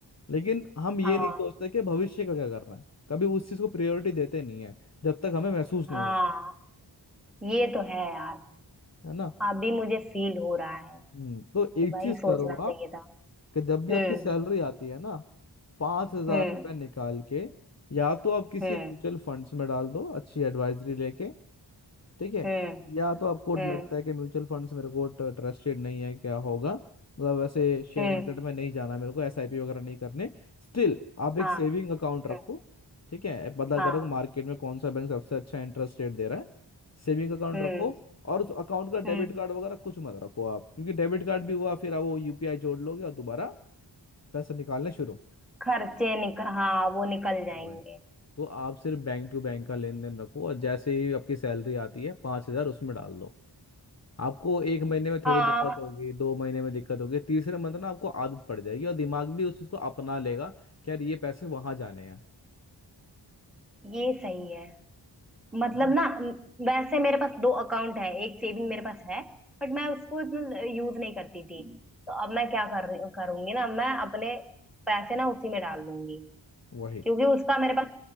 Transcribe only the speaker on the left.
लेकिन हम ये
नहीं सोचते कि भविष्य का क्या करना है कभी उस चीज को प्रायोरिटी देते नहीं है जब तक हमें महसूस
नहीं होता
है ना
हम्म, तो
एक
चीज
करो
आप
कि जब भी
आपकी सैलरी आती है ना पांच हजार
रुपये निकाल के या तो आप किसी
म्यूचुअल फंड्स में डाल दो अच्छी एडवाइजरी लेके ठीक है
या तो आपको लगता
है कि म्यूचुअल फंड्स मेरे को ट्रस्टेड नहीं है क्या होगा मतलब वैसे शेयर
मार्केट में नहीं जाना मेरे को एसआईपी वगैरह नहीं करने स्टिल आप एक
सेविंग अकाउंट
रखो ठीक है पता
करो कि मार्केट में कौन सा बैंक सबसे अच्छा इंटरेस्ट रेट दे रहा है सेविंग अकाउंट
रखो और उस अकाउंट का
डेबिट कार्ड वगैरह कुछ मत रखो आप क्योंकि डेबिट कार्ड भी हुआ फिर आप वो यूपीआई जोड़ लोगे और दोबारा पैसे निकालना शुरू
हुआ है। तो आप सिर्फ बैंक टू बैंक का लेन देन रखो और जैसे ही आपकी सैलरी आती है पाँच हजार उसमें डाल दो आपको एक महीने में थोड़ी
दिक्कत होगी दो महीने में दिक्कत होगी तीसरे मंथ ना आपको आदत पड़ जाएगी और दिमाग भी उस उसको अपना लेगा कि यार ये पैसे वहां जाने हैं
है ना?
वही